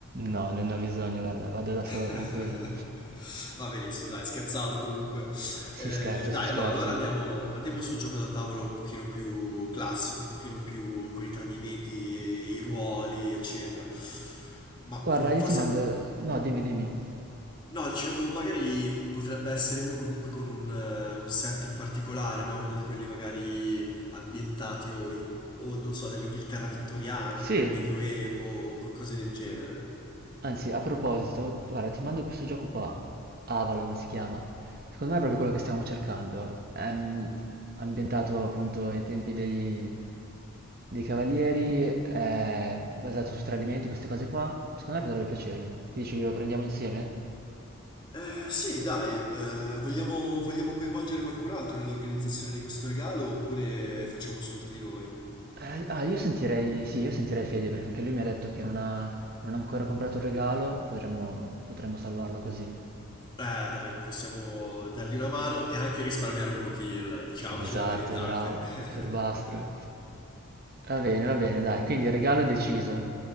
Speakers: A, on the right; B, on the left.
A: No, non ho bisogno, guarda, vado da solo,
B: <laughs>
A: tranquillo.
B: Va benissimo, dai, scherzavo comunque.
A: Si
B: Eh,
A: scherza,
B: dai,
A: si scherza.
B: allora, allora andiamo, andiamo su un gioco da tavolo un pochino più classico, un pochino più con i tradimenti, e i ruoli, eccetera. Ma
A: Guarda,
B: mm,
A: io
B: forse,
A: ti mando... No, dimmi, dimmi.
B: no, dicevo, magari potrebbe essere uno comunque con un, eh, un setting particolare, no? Uno di quelli magari ambientati o, in- o non so, nell'Inghilterra vittoriana
A: Sì.
B: o nel Medioevo o co- cose del genere.
A: Anzi, a proposito, guarda, ti mando questo gioco qua, Avalon si chiama. Secondo me è proprio quello che stiamo cercando. È mm, ambientato appunto ai tempi dei, dei Cavalieri, è basato su tradimenti, queste cose qua. Secondo me potrebbe piacergli. Che dici, lo prendiamo insieme?
B: Eh, sì, dai, eh, vogliamo, vogliamo coinvolgere qualcun altro nell'organizzazione di questo regalo oppure facciamo solo tra di noi? Eh,
A: Eh, ah, io sentirei, sì, io sentirei Fede perché anche lui mi ha detto che non ha, non ha ancora comprato un regalo, potremmo, potremmo salvarlo così.
B: dai, possiamo dargli una mano e anche risparmiare un pochino, dai, diciamoci
A: Esatto,
B: la verità.
A: bravo,
B: che- <laughs>
A: furbastro. Va bene, va bene, dai, quindi il regalo è deciso.